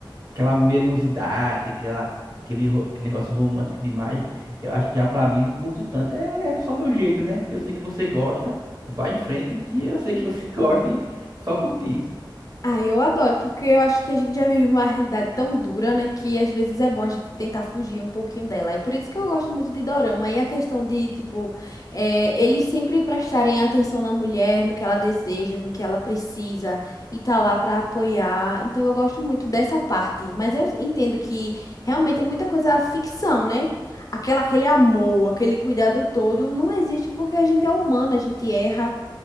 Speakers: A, on the right; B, on the left.
A: aquela melosidade, aquela, aquele, ro- aquele negócio romântico demais. Eu acho que já pra mim não curto tanto. É, é só meu jeito, né? Eu sei que você gosta, vai em frente que eu sei que você <laughs> gosta e só curtir.
B: Ah, eu adoro, porque eu acho que a gente já vive numa realidade tão dura, né, que às vezes é bom a gente tentar fugir um pouquinho dela. E por isso que eu gosto muito de Dorama. E a questão de, tipo, eh, eles sempre prestarem atenção na mulher, no que ela deseja, no que ela precisa, e tá lá pra apoiar. Então eu gosto muito dessa parte. Mas eu entendo que realmente é muita coisa ficção, né? Aquela, aquele amor, aquele cuidado todo não existe porque a gente é humana, a gente erra.